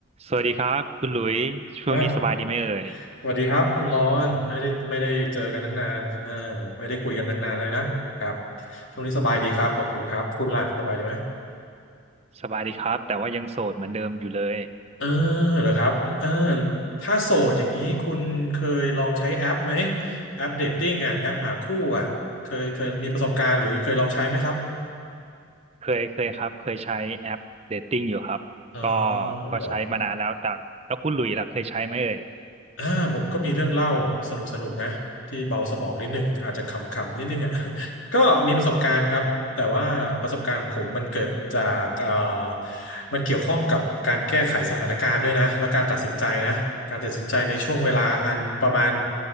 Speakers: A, on the right (about 30°); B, on the left (about 65°).
A: สวัสดีครับคุณหลุยช่วงนี้สบายดีไหมเอ่ย
B: อ่าสวัสดีครับคุณรอนไม่ได้ไม่ได้เจอกันตั้งนานอ่าไม่ได้คุยกันตั้งนานเลยนะครับช่วงนี้สบายดีครับขอบคุณครับคุณล่ะสบายดีไหม
A: สบายดีครับแต่ว่ายังโสดเหมือนเดิมอยู่เลย
B: เออเหรอครับเออถ้าโสดอย่างนี้คุณเคยลองใช้แอปไหมแอปเดทติ้งอ่ะแอปหาคู่อ่ะเคยเคยมีประสบการณ์หรือเคยลองใช้ไหมครับ
A: เคยเคยครับเคยใช้แอปเดทติ้งอยู่ครับก็
B: อ๋อ
A: ก็ใช้มานานแล้วแต่แล้วคุณหลุยล่ะเคยใช้ไหมเอ่ย
B: เหรอ อ่าผมก็มีเรื่องเล่าสนุกสนุกนะที่เบาสมองนิดนึงอาจจะขำๆนิดนึงอ่ะ <laughs> ก็มีประสบการณ์ครับแต่ว่าประสบการณ์ของผมมันเกิดจากเอ่อมันเกี่ยวข้องกับการแก้ไขสถานการณ์ด้วยนะและการตัดสินใจนะการตัดสินใจในช่วงเวลาอันประมาณ